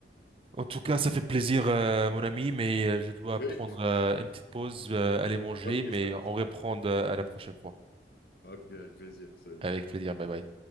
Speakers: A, on the right; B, on the left.
A: En tout cas,
B: Ouais.
A: ça fait plaisir, euh, mon ami, mais euh, je dois
B: Oui,
A: prendre euh, une petite pause, euh, aller manger,
B: ok,
A: mais
B: ça marche.
A: on reprend euh, à la prochaine fois.
B: Ok, avec plaisir, salut.
A: Avec plaisir, bye bye.